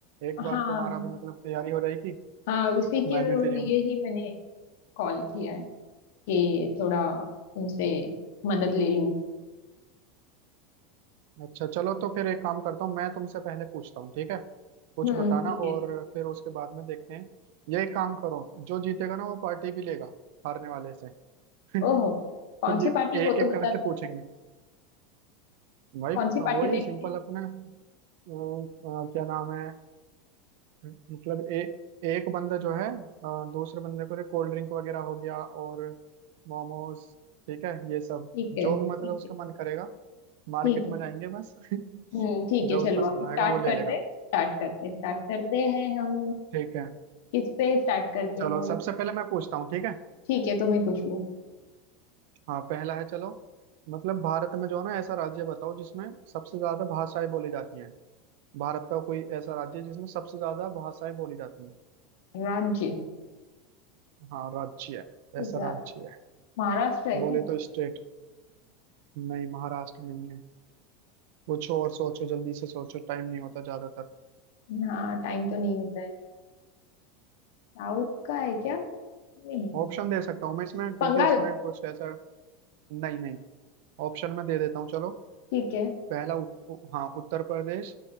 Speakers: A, on the right; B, on the left.
A: एक बार
B: हाँ
A: तुम्हारा भी मतलब तैयारी हो जाएगी
B: हाँ उसी के
A: मैं भी फ्री
B: लिए
A: हूँ
B: ही मैंने कॉल किया है कि थोड़ा तुमसे मदद ले लूँ
A: अच्छा चलो तो फिर एक काम करता हूँ मैं तुमसे पहले पूछता हूँ ठीक है कुछ
B: हम्म
A: बताना
B: ठीक है
A: और फिर उसके बाद में देखते हैं ये एक काम करो जो जीतेगा ना वो पार्टी भी लेगा हारने वाले से <laughs>
B: ओहो कौन
A: तो ये
B: सी पार्टी वो
A: एक
B: तो
A: एक
B: बता
A: करके
B: दो
A: पूछेंगे वही
B: कौन सी
A: वही
B: पार्टी लेनी
A: सिंपल
B: है
A: अपने अ, अ, क्या नाम है मतलब ए, एक बंदा जो है अ, दूसरे बंदे को जो कोल्ड ड्रिंक वगैरह हो गया और मोमोज ठीक है ये सब
B: ठीक
A: जो
B: है ठीक
A: भी मतलब उसका
B: है
A: मन करेगा मार्केट
B: ठीक
A: में
B: है
A: जाएंगे बस <laughs>
B: हम्म ठीक
A: जो
B: है चलो
A: भी पसंद
B: अभी स्टार्ट
A: आएगा वो ले
B: करते
A: लेगा
B: स्टार्ट करते स्टार्ट करते हैं हम
A: ठीक है
B: किस पे स्टार्ट करते
A: चलो
B: हैं
A: सबसे पहले मैं पूछता हूँ ठीक है
B: ठीक है तुम ही पूछ लो
A: हाँ पहला है चलो मतलब भारत में जो है ना ऐसा राज्य बताओ जिसमें सबसे ज्यादा भाषाएं बोली जाती हैं भारत का कोई ऐसा राज्य जिसमें सबसे ज्यादा भाषाएं बोली जाती हैं
B: राज्य
A: हाँ राज्य है ऐसा
B: जा-
A: राज्य है
B: महाराष्ट्र है
A: बोले
B: क्या
A: तो स्टेट नहीं महाराष्ट्र नहीं है कुछ और सोचो जल्दी से सोचो टाइम नहीं होता ज्यादातर
B: हाँ टाइम तो नहीं होता है साउथ का है क्या नहीं
A: ऑप्शन दे सकता हूँ मैं इसमें क्योंकि
B: बंगाल
A: इसमें कुछ ऐसा नहीं नहीं ऑप्शन में दे देता हूँ चलो
B: ठीक है
A: पहला उत, हाँ उत्तर प्रदेश